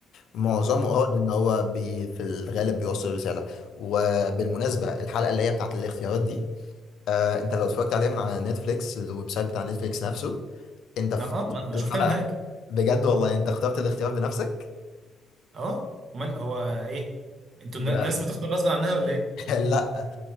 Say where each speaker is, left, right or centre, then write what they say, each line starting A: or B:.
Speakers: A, on the left (about 75°); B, on the right (about 55°).
A: معظمه اه لان هو بي في الغالب بيوصل رساله وبالمناسبه الحلقه اللي هي بتاعت الاختيارات دي آه انت لو اتفرجت عليها من على نتفليكس الويب سايت بتاع نتفليكس نفسه انت في
B: ما اه ما ما
A: الحلقه
B: شفتها من هناك
A: بجد والله انت اخترت الاختيار بنفسك
B: اه امال هو ايه انتوا
A: ده
B: الناس بتختار غصب عنها ولا ايه
A: <laughs> لا